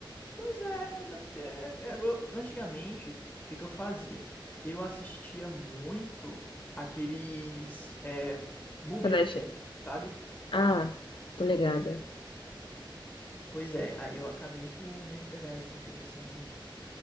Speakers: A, on the left; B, on the left.
A: Pois é, mas é porque é, eu- antigamente, o que que eu fazia? Eu assistia muito aqueles é, movie
B: Quando
A: recap,
B: a gente-
A: sabe?
B: Ah, tô ligada.
A: Movie recap. Pois é, aí eu acabei por, né, pegar esse filme assim de